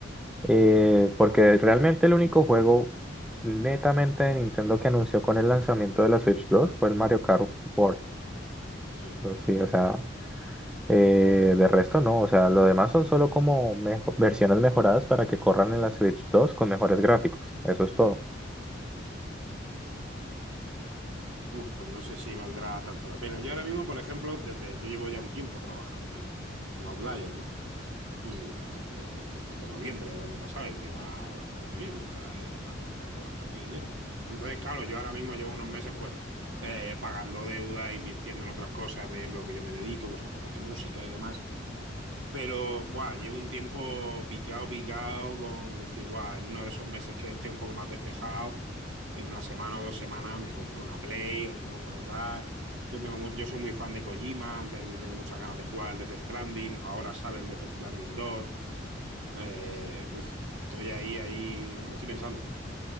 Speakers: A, in the centre; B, on the right (about 85°).
A: eh, porque realmente el único juego netamente de Nintendo que anunció con el lanzamiento de la Switch dos fue el Mario Kart World.
B: sí.
A: Pero Sí, o sea. Eh, de resto, no, o sea, lo demás son solo como mejo- versiones mejoradas para que corran en la Switch dos con mejores gráficos. Eso es todo.
B: Uf, pues no sé si valdrá tanto la pena. Yo ahora mismo, por ejemplo, desde, yo llevo ya un tiempo trabajando en, en Outlier, ¿no? y, y me, desde noviembre del año pasado y me va bastante bien, me está eh, aportando bastante dinero. Entonces, claro, yo ahora mismo llevo unos meses pues eh, pagando deuda, invirtiendo en otras cosas de lo que yo me dedico, que son cosas de música y demás. Pero, buah, llevo un tiempo picado, picado con decir, buah, en uno de esos meses que esté un poco más despejado, en una semana o dos semanas me compro una Play o me compro tal. Yo tengo, mu- yo soy muy fan de Kojima, entonces yo tengo muchas ganas de jugar al Death Stranding. Ahora sale el Death Stranding dos Eh, uf, estoy ahí, ahí, me lo estoy pensando.